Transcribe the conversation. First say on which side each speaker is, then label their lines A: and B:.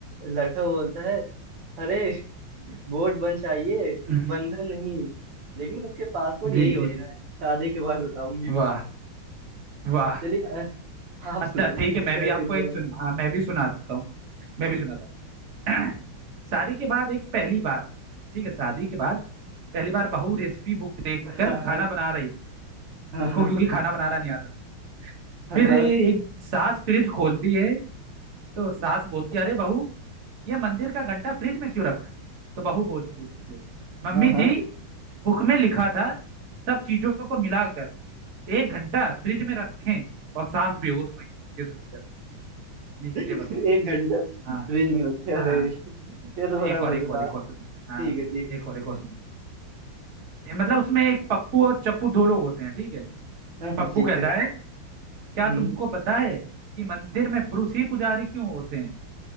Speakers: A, on the right (about 70°); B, on the right (about 45°).
A: लड़का बोलता है अरे बोर्ड बन चाहिए
B: हम्म,
A: बंधन नहीं लेकिन उसके पासपोर्ट
B: जी
A: यही होता
B: जी
A: है शादी के बाद बताऊंगी
B: वाह वाह
A: चलिए अ, आप
B: अच्छा
A: सुनाइए
B: ठीक
A: कोई
B: है मैं
A: अच्छा
B: भी
A: ऐसे
B: आपको
A: खेला
B: एक सुना हाँ मैं भी सुनाता हूँ मैं भी सुनाता हूँ <clears throat> शादी के बाद एक पहली बार ठीक है शादी के बाद पहली बार बहू रेसिपी बुक देखकर
A: हाँ
B: खाना बना रही थी
A: हाँ
B: उसको
A: हाँ
B: क्योंकि
A: हाँ
B: खाना बनाना नहीं आता था
A: हाँ
B: फिर एक सास फ्रिज खोलती है तो सास बोलती है अरे बहू ये मंदिर का घंटा फ्रिज में क्यों रखा है? तो बहू बोलती है मम्मी
A: हाँ हाँ
B: जी बुक में लिखा था सब चीजों को मिलाकर एक घंटा फ्रिज में रखें और सास बेहोश हुई ये सुनकर ये
A: एक
B: ये बताओ
A: घंटा
B: हाँ
A: फ्रिज में रखे
B: हाँ
A: अरे ये तो
B: अब एक
A: बड़ा
B: और
A: मजेदार
B: एक और एक और सुनिए
A: ठीक
B: हाँ
A: है ठीक
B: एक और एक
A: है,
B: और सुनिए ये मतलब उसमें एक पप्पू और चप्पू दो लोग होते हैं ठीक है
A: हाँ
B: पप्पू
A: हाँ ठीक
B: कहता
A: है
B: है क्या
A: हम्म
B: तुमको पता है कि मंदिर में पुरुष ही पुजारी क्यों होते हैं